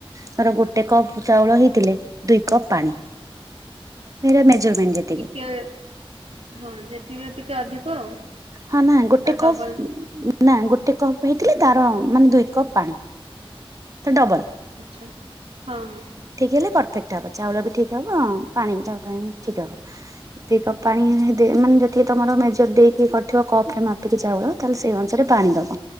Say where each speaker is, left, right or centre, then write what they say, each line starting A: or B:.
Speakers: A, on the right; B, on the right.
A: ଧର ଗୋଟେ କପ୍ ଚାଉଳ ହେଇଥିଲେ ଦୁଇ କପ୍ ପାଣି। ଧିର ମେଜରମେଣ୍ଟ। ଯେତିକି
B: ଟିକେ ହଁ ଯେତିକି ଟିକେ ଅଧିକ ଆଉ।
A: ହଁ ନା ଗୋଟେ
B: ତାର ଡବଲ
A: କପ୍ ନା ଗୋଟେ କପ୍ ହେଇଥିଲେ ତାର ମାନେ ଦୁଇ କପ୍ ପାଣି ତ ଡବଲ।
B: ଆଚ୍ଛା ହଁ ହଁ
A: ଠିକ୍ ହେଲେ ପରଫେକ୍ଟ ହବ ଚାଉଳ ବି ଠିକ୍ ହବ ପାଣି ବି ତା ପାଇଁ ଠିକ୍ ହବ। ଦି କପ୍ ପାଣି ଦେ ମାନେ ଯେତିକି ତମର ମେଜର ଦେଇ ଇଏ କରିଥିବ କପ୍ ରେ ମାପିକି ଚାଉଳ ତାହେଲେ ସେଇ ଅନୁସାରେ ପାଣି ଦବ,